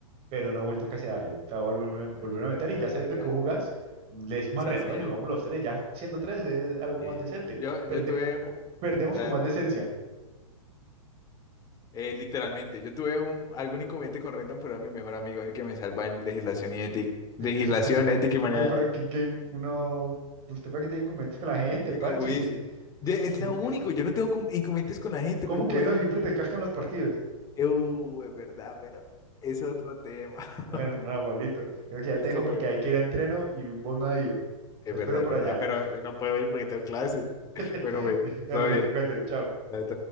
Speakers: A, on the right; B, on the left.
A: pero no he vuelto casi a darle. O sea, voy a volverme, volverme
B: ok,
A: a meter
B: ok.
A: y
B: Ay,
A: ya sabiendo
B: hay que...
A: que vos jugás, le decimos
B: Sí,
A: a Rendón
B: sí, hay
A: y jugamos
B: que...
A: los tres, ya siendo tres es algo
B: Sí.
A: más decente.
B: Yo, yo
A: Perde-
B: tuve... un-
A: perdemos
B: bla,
A: con más
B: bla,
A: decencia.
B: bla. Eh, literalmente, yo tuve un, algún inconveniente con Rendon, pero es mi mejor amigo, es el que me salva en legislación y ética. Legislación,
A: <laughs>
B: ética y manera
A: Que, pro-
B: de...
A: que, que uno, usted para que tenga inconvenientes con la gente,
B: Tú
A: párchese.
B: no fuiste. de los juicios. Ya, Es
A: <laughs>
B: lo único, yo no tengo com- inconvenientes con la gente,
A: ¿Cómo
B: pero fue...
A: que no siempre te cascan los partidos?
B: Uh, es verdad, pero es otro tema.
A: Bueno,
B: <laughs>
A: no, Pablito, creo que ya
B: Listo,
A: te dejo porque
B: pues.
A: hay que ir a entreno y vos no has ido.
B: Es
A: Te espero
B: verdad,
A: por
B: es verdad,
A: allá.
B: pero eh, no puedo ir porque tengo clase. <laughs>
A: <laughs>
B: Bueno, pues,
A: Ya,
B: todo
A: Pablito,
B: bien,
A: cuídate, chao.
B: todo bien.